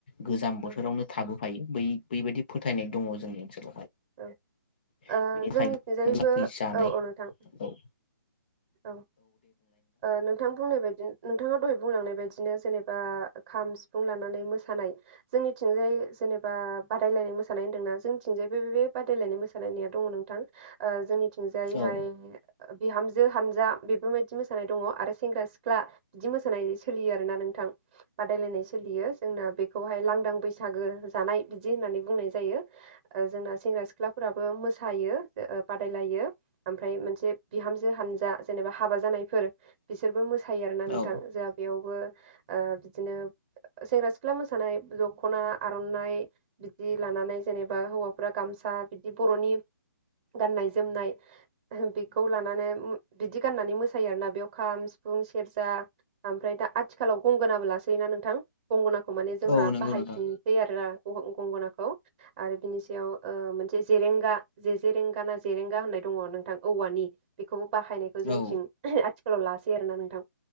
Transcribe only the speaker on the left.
गोजां बोथोरावनो
थाबो थायो बै बेबायदि फोथायनाय दङ जोंनि ओनसोलावहाय
बेखाय
मानेै जानाय
औ
औ
औ
औ नंगौ
नोंथां
औ